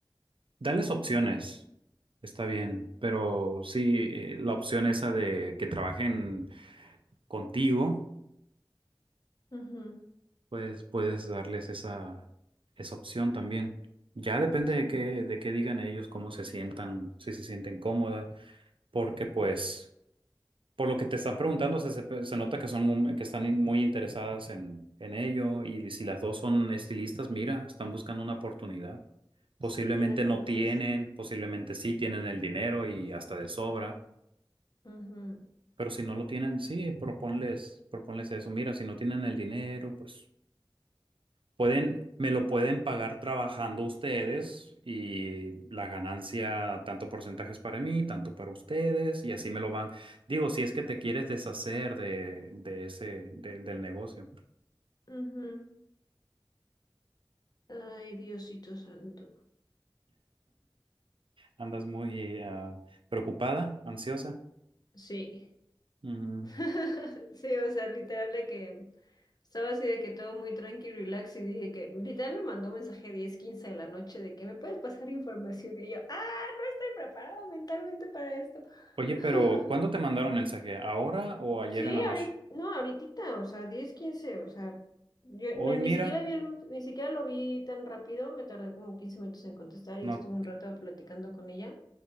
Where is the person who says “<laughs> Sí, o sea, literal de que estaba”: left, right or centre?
Left